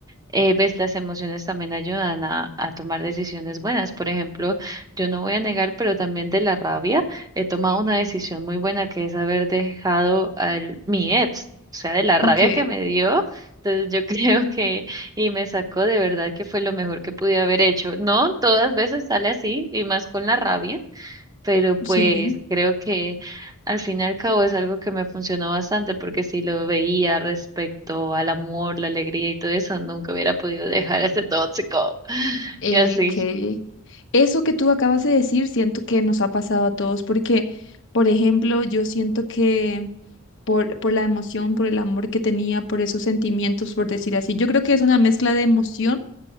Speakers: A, on the right (about 20°); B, on the left (about 60°).
A: eh, ves, las emociones también ayudan a, a tomar decisiones buenas. Por ejemplo, yo no voy a negar, pero también de la rabia he tomado una decisión muy buena que es haber dejado a mi ex, o sea, de la rabia
B: Ok,
A: que me dio. Entonces yo <laughs> creo que, y me sacó de verdad que fue lo mejor que pude haber hecho. No todas veces sale así, y más con la rabia, pero pues
B: sí.
A: creo que al fin y al cabo es algo que me funcionó bastante porque si lo veía respecto al amor, la alegría y todo eso, nunca hubiera podido dejar ese tóxico <laughs>
B: eh,
A: y así.
B: que eso que tú acabas de decir siento que nos ha pasado a todos porque, por ejemplo, yo siento que por, por la emoción, por el amor que tenía, por esos sentimientos, por decir así. Yo creo que es una mezcla de emoción